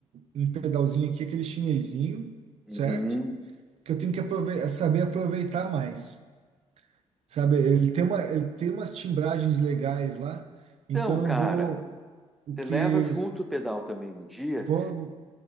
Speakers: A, on the right (about 60°); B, in the centre.
A: um pedalzinho aqui, aquele chinesinho,
B: Uhum.
A: certo? Que eu tenho que aprove- saber aproveitar mais, sabe? Ele tem uma, ele tem umas timbragens legais lá, então
B: Então, cara,
A: eu vou, o
B: você
A: que,
B: leva junto o pedal também no dia,
A: vou